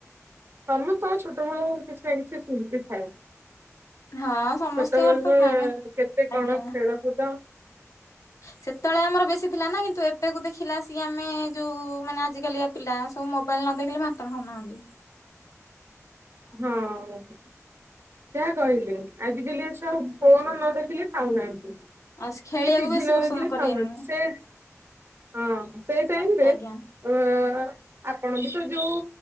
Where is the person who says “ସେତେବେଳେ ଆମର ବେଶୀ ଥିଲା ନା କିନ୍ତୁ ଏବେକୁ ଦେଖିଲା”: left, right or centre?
Left